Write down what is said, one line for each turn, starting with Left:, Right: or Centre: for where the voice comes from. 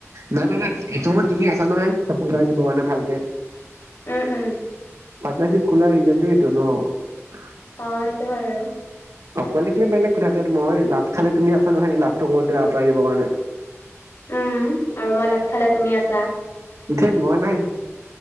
Right: নাই- নাই -নাই সেইটো সময়ত তুমি আছা নহয় চাপৰ্তাৰ দিব মানে ভালকে।
Left: উম উম
Right: পাৰ্টনাৰশ্বিপ, খোলা ৰিজনটো এইটো ন, '
Left: অহ, 'সেইটো হয় আৰু,
Right: অকলে থাকিলে বেলেগ কথা এতি মই লাভ খালে তুমি আছা নহয়, লাভটো কৰোতে আঁতৰাই দিব কাৰণে।
Left: উম, আৰু মই লাত খালে তুমি আছা?
Right: ধেত মই নাই।